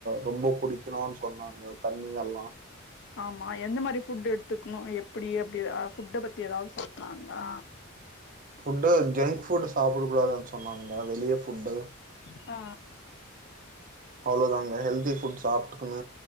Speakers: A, on the right; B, on the left.
A: ரொம்ப குடிக்கணோன்னு சொன்னாங்க தண்ணி எல்லா
B: ஆமா எந்த மாரி ஃபுட் எடுத்துக்ணு எப்டி அப்படி ஏதா ஃபுட் பத்தி ஏதாவ்து சொன்னாங்ளா
A: ஃபுட்டு ஜங்க் ஃபுட்டு சாப்புட கூடாதுன்னு சொன்னாங்க வெளிய ஃபுட்டு
B: ஆ
A: அவ்ளோதாங்க ஹெல்தி ஃபுட் சாப்ட்டுகுங்க